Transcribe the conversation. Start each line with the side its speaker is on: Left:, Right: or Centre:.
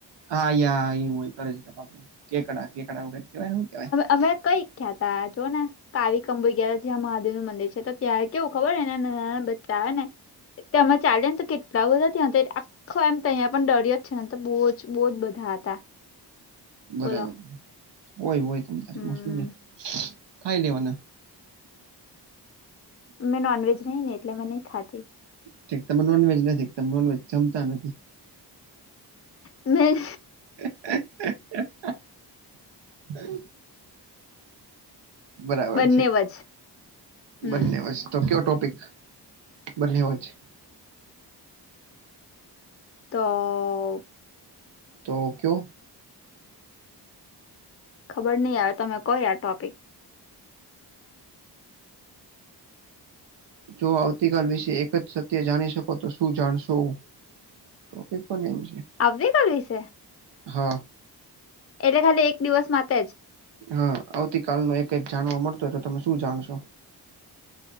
Right: હા, એવું હોય કરે છે, કેકડા કેકડા કેવાય. કેવાય
Left: અમે કંઈ કંઈ ગયા હતા. કાવી કંબુગયાર, જ્યાં મહાદેવનું મંદિર છે, તો ત્યાં કેવું ખબર હોય, એના નાના નાના બચ્ચા આવે ને તેમાં ચાલે ને, તો કેટલા બધા ત્યા ખ એમ તો અહીંયા પણ દરિયો છે ને, તો બહુ જ બહુ જ બધા હતા.
Right: બરાબર
Left: બોલો
Right: હોય હોય, તમ તારીમાં
Left: હમ
Right: શું ને. ખાઈ લેવાના.
Left: મેં નોનવેજ નહીં, એટલે મેં નહીં ખાતી.
Right: ઠીક, તમે નોનવેજ નથી, તમે નોનવેજ જમતા નથી.
Left: મેં
Right: હા, આ, આ, આ. બરાબર
Left: બંને
Right: છે,
Left: વજ હમ
Right: બંને વ તો કયો ટોપિક? બંને વાત છે.
Left: તો.
Right: તો કયો?
Left: ખબર નહીં આવે, તમે કયો ટોપિક.
Right: જો આવતીકાલ વિશે એક જ સત્ય જાણી શકો, તો શું જાણશો? ટોપિક પણ એમ છે.
Left: આવતીકાલ વિશે.
Right: હા
Left: એટલે ખાલી એક દિવસ માટે જ.
Right: હા, આવતીકાલ નું એક-એક જ જાણવા મળતું હોય, તો તમે શું જાણશો?